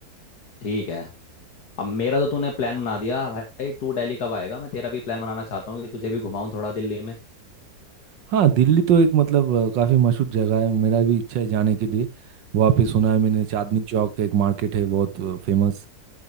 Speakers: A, on the left; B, on the right.
A: ठीक है अब मेरा तो तूने प्लान बना दिया भाई तू दिल्ली कब आएगा मैं तेरा भी प्लान बनाना चाहता हूँ कि तुझे भी घुमाऊं थोड़ा दिल्ली में
B: हाँ दिल्ली तो एक मतलब अ, काफी मशहूर जगह है मेरा भी इच्छा है जाने के लिए वहाँ पे सुना है मैंने चांदनी चौक का एक मार्केट है बहुत फेमस